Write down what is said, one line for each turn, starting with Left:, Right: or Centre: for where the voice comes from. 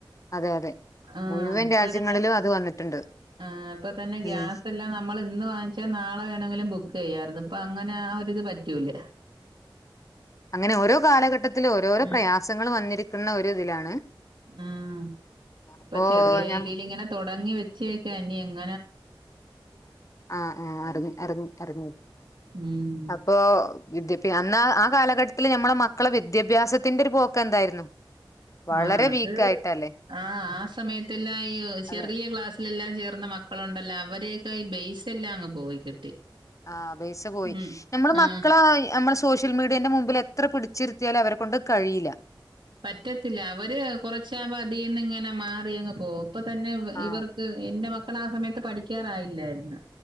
Left: അതെ അതെ
Right: ആഹ്
Left: മുഴുവൻ
Right: ഇപ്പ
Left: രാജ്യങ്ങളിലും
Right: ഇതന്നെ
Left: അത് വന്നിട്ടുണ്ട്
Right: ആഹ് ഇപ്പ തന്നെ
Left: ഉം
Right: ഗ്യാസ് ല്ല നമ്മള് ഇന്ന് വാങ്ങിച്ചാ നാളെ ണെങ്കിലും ബുക്ക് ചെയ്യായ്ര്ന്ന് ഇപ്പൊ അങ്ങനെ ആ ഒര്ത് പറ്റൂല
Left: അങ്ങനെ ഓരോ കാലഘട്ടത്തിലു ഓരോരോ
Right: ഉം
Left: പ്രയാസങ്ങൾ വന്നിരിക്ക്ന്ന ഒരു ഇതിലാണ്
Right: ഉം
Left: അപ്പോ
Right: ഇപ്പ ചെറിയ
Left: ഞ
Right: രീതീല് ഇങ്ങനെ താെടങ്ങി വെച്ചേക്ക ഇന്നിങ്
Left: ആഹ് ആഹ് അറിഞ് അറിഞ്ഞ് അറിഞ്ഞു
Right: ഉം
Left: അപ് ഇപ്പോ വിദ്യഭ്യാ അന്ന് ആ കാലഘട്ടത്ത്ല് ഞമ്മളെ മക്കളെ വിദ്യാഭ്യാസത്തിന്റെ ഒര് പോക്ക എന്തായിരുന്നു വളരെ
Right: ആഹ് അത്
Left: വീക്ക് ആയിട്ടല്ലേ
Right: ആഹ് ആ സമയത്തെല്ലാം ഈ ചെറിയ
Left: അതെ
Right: ക്ലാസ് ലെല്ലാം ചേർന്ന മക്കളുണ്ടല്ലോ അവരെയെക്കെ ഈ ബെയ്സ് എല്ലാം അങ്ങ് പോയി കിട്ടി
Left: ആഹ് ബേയ്സ് പോയി
Right: ഉം
Left: നമ്മള്
Right: ആഹ്
Left: മക്കളാ ഈ നമ്മളസ് സോഷ്യൽ മീഡിയന്റെ മുമ്പില് എത്ര പിടിച്ചിരിത്തിയാലും അവരെ കൊണ്ട് കഴിയില്ല
Right: പറ്റത്തില്ല അവര് കൊറച്ചാവുമ്പോ അതീന്ന് ഇങ്ങനെ മാറി അങ്ങ് പോവും ഇപ്പ തന്നെ ഇവ
Left: ആഹ്
Right: ഇവർ എന്റെ മക്കള് ആ സമയത്ത് പഠിക്കാറായില്ലായ്ര്ന്നു